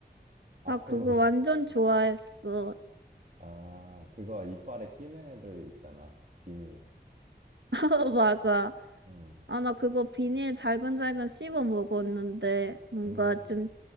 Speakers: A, on the right; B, on the right.
A: 아폴로야.
B: 나 그거 완전
A: <laughs>
B: 좋아했어.
A: 아, 그거 이빨에 끼는 애들 있잖아. 비닐.
B: <laughs> 어, 맞아.
A: 음,
B: 아, 나 그거 비닐 잘근잘근 씹어 먹었는데 뭔가
A: 음,
B: 좀